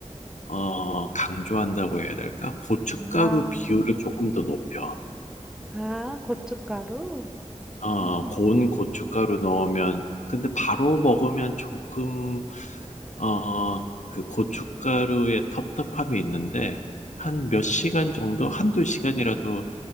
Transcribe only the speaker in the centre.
아,
아, 고춧가루?
음,